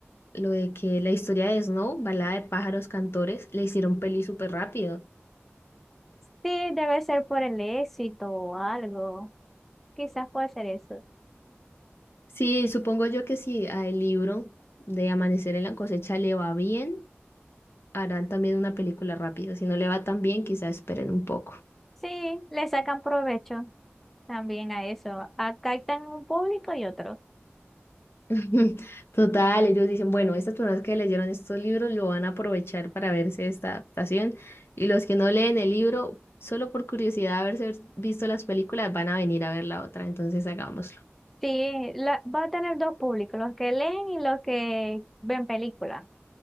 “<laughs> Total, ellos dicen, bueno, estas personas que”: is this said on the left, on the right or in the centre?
Left